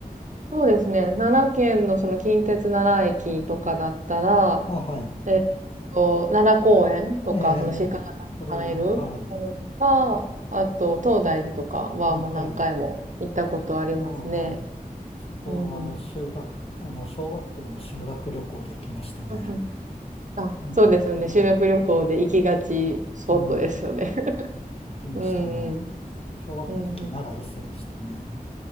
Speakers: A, on the right; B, on the left.
A: そうですね。奈良県のその近鉄奈良駅とかだったら、
B: あ、はい。
A: えーっと、奈良公園とか、
B: ええ、
A: その鹿がたくさんいるものとか、
B: それは、あはい。
A: あと、東大寺とかはもう何回も行ったことありますね。
B: あ、はい。あ、はい。そこは修学、
A: うんうん。
B: あの、小学校の修学旅行で行きましたね。
A: うんうん。あ、
B: うん、
A: そうですよね。
B: なら、
A: 修学旅行で行きがちスポットですよね。
B: うん、行
A: <laughs>
B: きましたね。
A: うんうん。
B: 小学校の時、
A: うんうん。
B: 奈良伊勢でしたね。